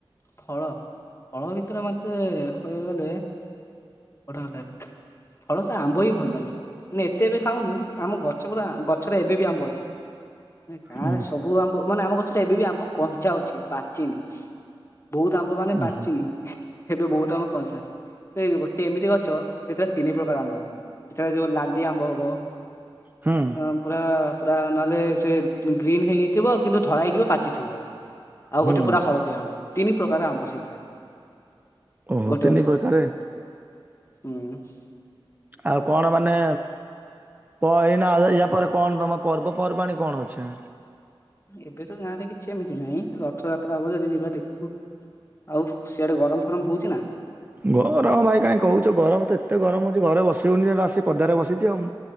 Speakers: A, on the left; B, on the right.
A: ଫଳ ଫଳ ଭିତରେ ମତେ କହିବାକୁ ଗଲେ <unintelligible> ଫଳ ତ ଆମ୍ବ ହିଁ ଭଲ ଲାଗେ ମାନେ ଏତେ ଏବେ ଖାଉନି ଆମ ଗଛ ପୁରା ଗଛରେ ଏବେ ବି ଆମ୍ବ ଅଛି। ଗାଁରେ
B: ଉଁ
A: ସବୁ ଆମ୍ବ ମାନେ ଆମ ଗଛରେ ଏବେ ବି ଆମ୍ବ କଞ୍ଚା ଅଛି ପାଚିନି। ବହୁତ ଆମ୍ବ ମାନେ
B: ହୁଁ
A: ପାଚିନି ଏବେ ବହୁତ ଆମ୍ବ କଞ୍ଚା ଅଛି। ସେ ଗୋଟେ ଏମିତି ଗଛ ସେଥିରେ ତିନି ପ୍ରକାର ଆମ୍ବ ହବ ସେଥି ଯୋଉ ଲାଲି ଆମ୍ବ ହବ
B: ହୁଁ
A: ଆମ୍ ପୁରା ପୁରା ନହେଲେ ସେ ଗ୍ରୀନ୍ ହେଇଥିବ କିନ୍ତୁ ଧଳା ହେଇଯିବ ପାଚିଥିବ ଆଉ
B: ହୁଁ।
A: ଗୋଟେ ପୁରା ହଳଦିଆ ହବ ତିନି ପ୍ରକାର ଆମ୍ବ ସେଇ ଥାଏ
B: ଓହୋ
A: ଗୋଟେ
B: ତିନି
A: ଗଛରେ।
B: ପ୍ରକାରେ
A: ହୁଁ।
B: ଆଉ କଣ ମାନେ ପ ଏଇନା ୟା ପରେ କଣ ତମ ପର୍ବପର୍ବାଣୀ କଣ ଅଛି?
A: ଏବେ ତ ଗାଁରେ କିଛି ଏମିତି ନାହିଁ ରଥଯାତ୍ରା ହବ ଯଦି ଯିବା ଦେଖିବୁ। ଆଉ ସିଆଡେ ଗରମ ଫରମ ହଉଚି ନା?
B: ଗରମ ଭାଇ କାହିଁ କହୁଚ ଗରମ ତ ଏତେ ଗରମ ହଉଚି ଘରେ ବସିିହଉନି ଆସି ପଦାରେ ବସିଚି ଆଉ।